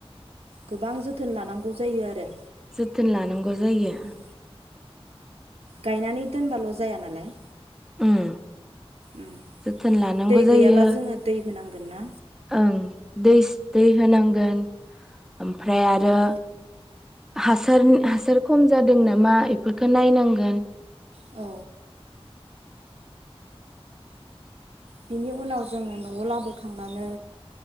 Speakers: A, on the right; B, in the centre.
A: गोबां जोथोन लानांगौ जायो आरो
B: थोन लानांगौ जायो।
A: उम गायनानै दोनबाल' जाया नालाय।
B: उम।
A: उम
B: जोथोन लानांगौ
A: दै
B: जायो
A: गैयाबा जोङो दै होनांगोन ना
B: ओं। दैस दै होनांगोन ओमफ्राय आरो
A: औ
B: हासार हासार खम जादों नामा इफोरखो नायनांगोन।
A: औ। बिनि उनाव जोङो न'आव लाबोखांनानै